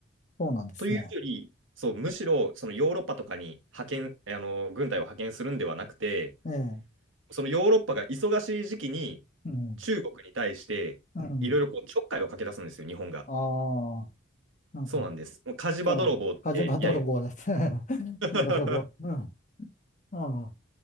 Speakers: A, on the left; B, on the right.
A: そうなんですね。
B: というより、そう、むしろそのヨーロッパとかに派遣、あの、軍隊を派遣するんではなくて、
A: ええ、
B: そのヨーロッパが忙しい時期に
A: うん、
B: 中国に対していろいろこうちょっかいをかけ出すんですよ、
A: うん。
B: 日本が。
A: ああ、なんか、
B: そうなんです。もう火事場泥棒って、
A: じゃあ、火事場泥棒ですね。
B: いやいや。
A: <laughs>
B: <laughs>
A: なるほど。うん。ああ、